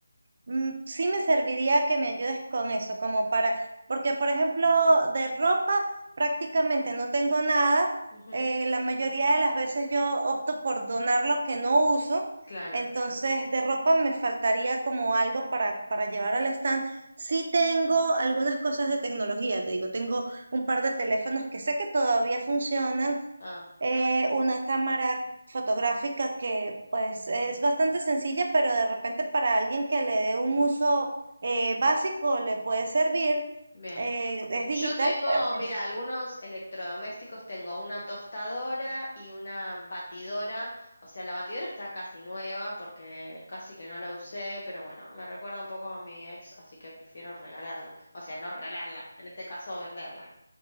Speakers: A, on the right; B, on the left.
A: Mm, Sí me serviría que me ayudes con eso, como para, porque por ejemplo, de ropa prácticamente no tengo nada.
B: Ujú,
A: eh, la mayoría de las veces yo opto por donar lo que no uso.
B: Claro.
A: Entonces, de ropa me faltaría como algo para, para llevar al stand. Sí tengo algunas cosas de tecnología, te digo, tengo un par de teléfonos que sé que todavía funcionan,
B: Ah,
A: eh, una cámara fotográfica que pues es bastante sencilla, pero de repente para alguien que le dé un uso eh, básico le puede servir.
B: bien.
A: eh, es digital,
B: Yo tengo,
A: pero pues,
B: mira, algunos electrodomésticos, tengo una tostadora y una batidora, o sea, la batidora está casi nueva porque casi que no la usé, pero bueno, me recuerda un poco a mi ex, así que prefiero regalarla, o sea, no regalarla, en este caso venderla.